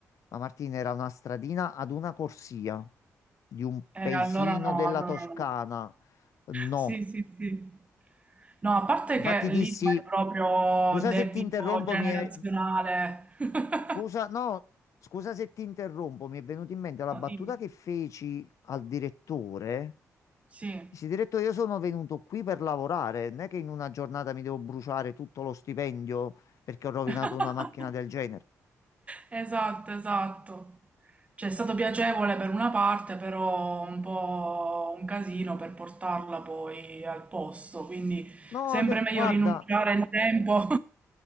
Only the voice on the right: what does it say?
eh,
allora no,
allora
no.
Sì, sì, sì. No, a parte
che
lì è proprio
debito
generazionale.
<laughs>
No,
dimmi.
Sì.
<laughs>
Esatto, esatto. Cioè, è stato piacevole per una parte, però un po' un casino per portarla poi al posto, quindi
sempre
meglio
rinunciare in tempo.